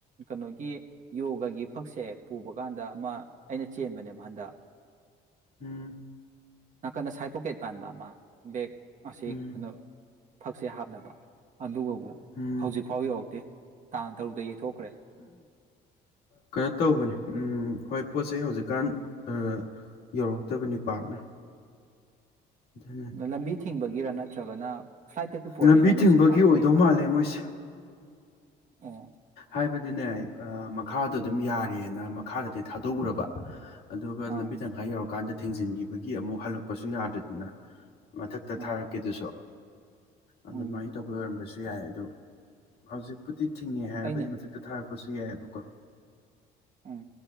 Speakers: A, on the right; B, on the left.
A: ꯀꯩꯅꯣꯒꯤ ꯌꯣꯒꯒꯤ ꯐꯛꯁꯦ ꯄꯨꯕ ꯀꯥꯟꯗ ꯑꯃ ꯑꯩꯅ ꯆꯦꯟꯕꯅꯦꯕ ꯍꯟꯗꯛ
B: ꯎꯝ꯫
A: ꯅꯥꯀꯟꯗ ꯁꯥꯏꯠ ꯄꯣꯀꯦꯠ ꯄꯥꯟꯕ ꯑꯃ ꯕꯦꯛ꯫ <unintelligible>
B: ꯎꯝ
A: ꯁꯦ ꯍꯥꯞꯅꯕ꯫ ꯑꯗꯨꯒꯕꯨ
B: ꯎꯝ
A: ꯍꯧꯖꯤꯛꯐꯥꯎ ꯌꯧꯔꯛꯇꯦ꯫ ꯇꯥ ꯇꯧꯕꯗ ꯌꯩꯊꯣꯛ
B: ꯀꯩꯅꯣ ꯇꯧꯕꯅꯦ ꯎꯝ ꯍꯣꯏ ꯄꯣꯠ ꯆꯩꯩ ꯍꯧꯖꯤꯛꯀꯥꯟ꯫ ꯎꯝ ꯌꯧꯔꯛꯇꯕꯅꯤ ꯄꯥꯛꯅ꯫ ꯑꯗꯨꯅꯅꯤ
A: ꯂ ꯂꯝꯕꯤ ꯊꯤꯡꯕꯒꯤ꯫ ꯒꯤꯔ ꯅꯠꯇ꯭ꯔꯒꯅ ꯐ꯭ꯂꯥꯏꯠꯇꯒꯤ ꯄꯣꯔꯛꯏꯔꯥ
B: ꯂꯝꯕꯤ
A: ꯃꯣꯏꯁꯦ
B: ꯊꯤꯡꯕꯒꯤ
A: ꯀꯃꯥꯏꯅ
B: ꯑꯣꯏꯗꯧ
A: ꯇꯧꯏ
B: ꯃꯥꯜꯂꯦ ꯃꯣꯏꯁꯦ꯫
A: ꯑꯣ
B: ꯍꯥꯏꯕꯗꯤꯅꯦ ꯑ ꯃꯛ ꯃꯈꯥꯗ ꯑꯗꯨꯝ ꯌꯥꯔꯦꯅ ꯃꯈꯥꯗꯗꯤ ꯊꯥꯗꯣꯛꯎꯔꯕ꯫ ꯑꯗꯨꯒ
A: ꯑꯥ
B: ꯂꯝꯕꯤ ꯇꯪꯈꯥꯏ ꯌꯧꯔꯀꯥꯟꯗ ꯊꯤꯡꯖꯤꯟꯒꯤꯕꯒꯤ ꯑꯃꯨꯛ ꯍꯜꯂꯛ ꯀꯄꯁꯨ ꯌꯥꯗ꯭ꯔꯦꯗꯅ ꯃꯊꯛꯇ
A: ꯎꯝ
B: ꯊꯥꯔꯛꯀꯦꯗꯨꯁꯨ ꯑꯗꯨꯃꯥꯏꯅ
A: ꯎꯝ
B: ꯇꯧꯕ ꯑꯣꯏꯔꯝꯕꯁꯦ ꯨ ꯌꯥꯏ ꯑꯗꯣ ꯍꯧꯖꯤꯛꯄꯨꯗꯤ ꯊꯤꯡꯉꯦ ꯍꯥꯏꯔꯒꯒꯤ
A: ꯑꯩꯅ
B: ꯃꯊꯛꯇ ꯊꯥꯔꯛꯄ ꯄꯁꯨ ꯌꯥꯏꯑꯕꯀꯣ
A: ꯎꯝ